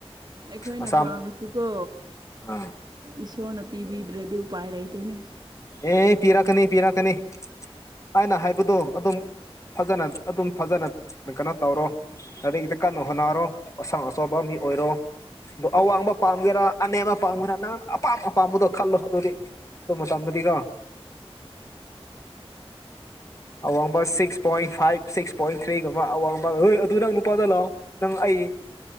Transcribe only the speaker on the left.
ꯃꯁꯥ
ꯑꯥ
ꯑꯦ ꯄꯤꯔꯛꯀꯅꯤ ꯄꯤꯔꯛꯀꯅꯤ ꯑꯩꯅ ꯍꯥꯏꯕꯗꯣ ꯑꯗꯨꯝ ꯐꯖꯅ ꯑꯗꯨꯝ ꯐꯖꯅ ꯀꯩꯅꯣ ꯇꯧꯔꯣ ꯂꯔꯤꯗ ꯀꯟꯅ ꯍꯣꯠꯅꯔꯣ ꯑꯁꯪ ꯑꯆꯧꯕ ꯃꯤ ꯑꯣꯏꯔꯣ ꯑꯗꯣ ꯑꯋꯥꯡꯕ ꯄꯥꯝꯒꯦꯔꯥ ꯑꯅꯦꯝꯕ ꯄꯥꯝꯒꯦꯔꯥ ꯅꯪꯅ ꯑꯄꯥꯝ ꯑꯄꯥꯝꯕꯗꯣ ꯈꯜꯂꯣ ꯑꯗꯨꯗꯣꯗꯤ ꯑꯗꯨ ꯃ ꯆꯥꯟꯗ ꯇꯒ ꯑꯋꯥꯡꯕ six point five six point ꯊ꯭ꯔꯤꯒꯨꯝꯕ ꯑꯋꯥꯡꯕꯄꯥ ꯍꯣꯏ ꯑꯗꯨ ꯅꯪ ꯅꯨꯄꯥꯗ ꯂꯥꯛꯑꯣ ꯅꯪ ꯑꯩ